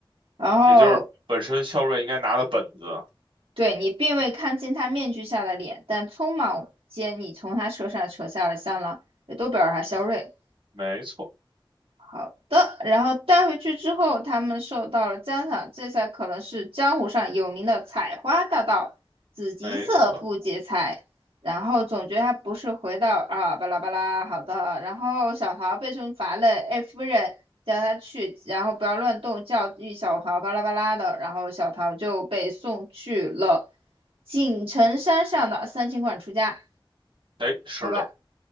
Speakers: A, on the right (about 80°); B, on the right (about 65°).
A: 然后
B: 也就是本身萧睿应该拿的本子。
A: 对你并未看清他面具下的脸，但匆忙间你从他车上扯下了香囊，也都表示他萧睿。
B: 没错，
A: 好的，然后带回去之后，他们受到了赞赏，这才可能是江湖上有名的采花大盗，紫极色不劫财。
B: 没错，
A: 然后总觉得他不是回到啊巴拉巴拉，好的。然后小桃被重罚了，哎夫人叫他去，然后不要乱动，教育小桃巴拉巴拉的。然后小桃就被送去了锦城山上的三清观出家，
B: 哎，是的，
A: 拜拜。